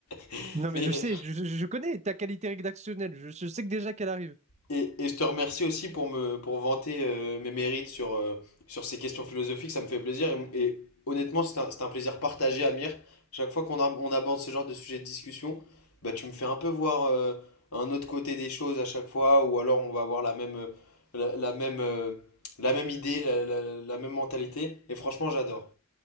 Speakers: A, on the left; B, on the right.
A: <laughs>
B: Non,
A: Mais,
B: mais je sais, je, je- je connais ta qualité rédactionnelle, je, je sais que déjà qu'elle arrive.
A: et, et je te remercie aussi pour me pour vanter euh, mes mérites sur, euh, sur ces questions philosophiques. Ça me fait plaisir. Et, et honnêtement, c'est un, c'est un plaisir partagé, Amir. Chaque fois qu'on a- on aborde ce genre de sujet de discussion, bah, tu me fais un peu voir euh, un autre côté des choses à chaque fois, ou alors on va avoir la même, euh, la, la même, euh, la même idée, la, la la même mentalité. Et franchement, j'adore.